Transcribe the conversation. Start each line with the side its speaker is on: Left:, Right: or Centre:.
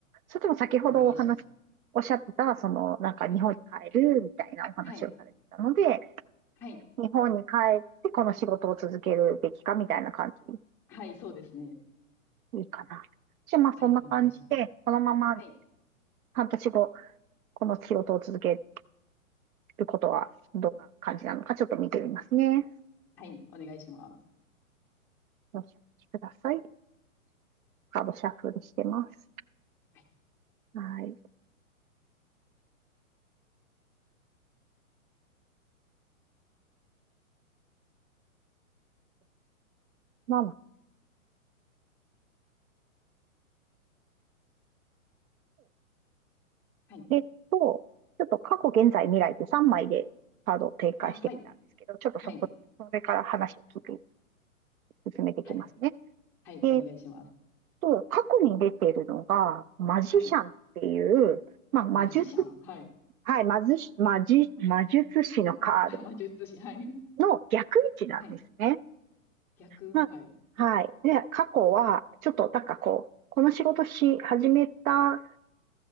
Right: それとも先ほどお話、
Centre: お願いします。
Right: おっしゃってた、その、なんか日本に帰るみたいなお話をされてたので、
Centre: はい。はい。はい。
Right: 日本に帰ってこの仕事を続けるべきかみたいな感じ
Centre: はい。そうですね。
Right: いいかな。じゃあまあそんな感じで、
Centre: はい。お願いします。
Right: このまま
Centre: はい。
Right: 半年後、この仕事を続けることはどんな感じなのかちょっと見てみますね。
Centre: はい。お願いします。
Right: よろしくお待ちください。カードシャッフルしてます。
Centre: はい。
Right: はい。ママ
Centre: はい。
Right: えっと、ちょっと過去、現在、未来でて3枚でカードを展開してみたんですけど、
Centre: あ、はい。
Right: ちょっとそこ、
Centre: はい。
Right: それから話を聞いて、進めていきますね。
Centre: はい。はい。
Right: えっ
Centre: お願いします。
Right: と、過去に出てるのが、マジシャンっていう、
Centre: はい。
Right: まあ、魔術、
Centre: マジシャン。はい。
Right: はい、魔術、魔術、魔術師のカード
Centre: ま、<laughs> 魔術師。はい。
Right: の逆位置なんですね。
Centre: はい。逆。
Right: まあ、
Centre: はい。
Right: はい。で、過去は、ちょっと、なんかこう、この仕事し始めた